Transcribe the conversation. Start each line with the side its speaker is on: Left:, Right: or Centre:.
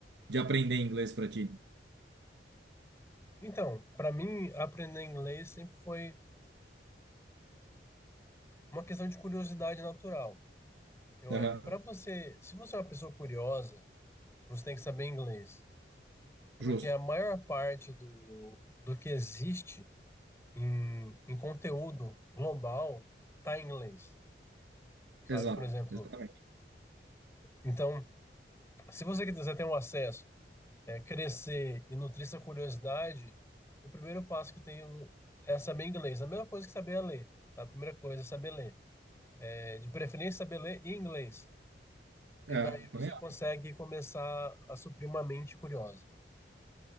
Right: de aprender inglês para ti?
Left: Então, para mim, aprender inglês sempre foi uma questão de curiosidade natural. Eu
Right: Aham,
Left: acho que para você, se você é uma pessoa curiosa, você tem que saber inglês. Porque
Right: Justo,
Left: a maior parte do, do que existe em, em conteúdo global está em inglês, sabe?
Right: exato,
Left: Por exemplo,
Right: exatamente.
Left: então, se você quiser ter um acesso, é, crescer e nutrir essa curiosidade, o primeiro passo que tem o- é saber inglês. A mesma coisa que saber ler, tá? A primeira coisa é saber ler. É, de preferência, saber ler em inglês. E
Right: É,
Left: daí você
Right: também. acho.
Left: consegue começar a suprir uma mente curiosa.